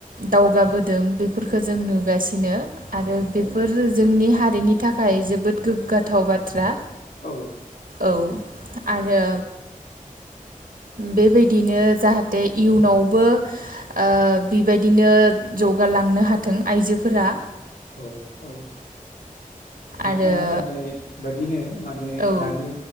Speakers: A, on the right; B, on the left.
A: दावगाबोदों बेफोरखो जों नुगासिनो। आरो
B: औ
A: बेफोर जोंनि हारिनि थाखाय जोबोद गोग्गाथाव बाथ्रा।
B: औ।
A: औ आरो बेबायदिनो जाहाथे इयुनावबो ओ बिबायदिनो जौगालांनो हाथों आइजोफोरा।
B: औ औ। नोंथाङा
A: आरो
B: बुंनाय बादिनो‌ माने
A: औ
B: दानि